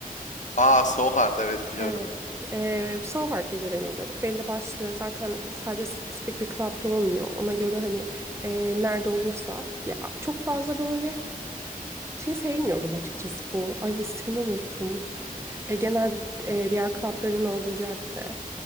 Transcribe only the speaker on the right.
Evet. Ee, Soho Hard gecelerine gidiyorduk. Belli başlı zaten sadece spesifik bir club'da olmuyor. Ona göre hani e, nerede olursa. Ya, çok fazla böyle şey sevmiyordum açıkçası bu. Ay ismini unuttum. E, genel e, diğer club'ların olduğu cadde.